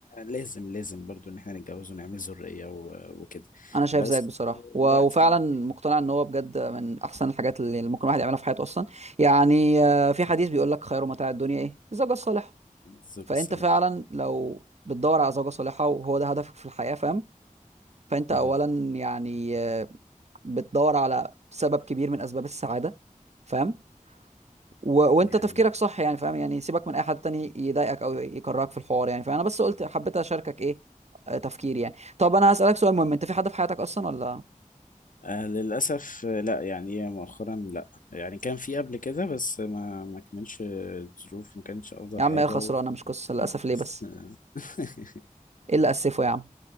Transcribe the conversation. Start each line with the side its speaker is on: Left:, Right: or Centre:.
Left: لازم لازم برضو ان احنا نتجوز ونعمل ذرية و- وكده
Right: انا شايف
Left: بس
Right: زيك بصراحة و...
Left: الوقت
Right: وفعلا
Left: دلوقتي
Right: مقتنع ان هو بجد من احسن الحاجات اللي ممكن الواحد يعملها في حياته اصلا يعني آه، في حديث بيقول لك خير متاع الدنيا ايه؟ الزوجة الصالحة
Left: الزوجة
Right: فانت
Left: الصالحة
Right: فعلا لو بتدور على زوجة صالحة وهو ده هدفك في الحياة فاهم؟ فانت
Left: اها
Right: اولا يعني آه، بتدور على سبب كبير من اسباب السعادة فاهم؟ و... وانت
Left: دي حقيقة
Right: تفكيرك صح يعني فاهم يعني سيبك من اي حد تاني يضايقك او يكرهك في الحوار يعني فانا بس قلت حبيت اشاركك ايه آه، تفكيري يعني طب انا هسألك سؤال مهم انت في حد في حياتك اصلا ولا
Left: آه للأسف آه، لا يعني مؤخرا لا يعني كان في قبل كده بس ما ما كانش الظروف ما كانش أفضل
Right: يا عم
Left: حاجة
Right: ايه خسرانه مش قصه
Left: وكده
Right: للاسف ليه
Left: بس،
Right: بس
Left: آه، <laughs>
Right: ايه اللي اسفه يا عم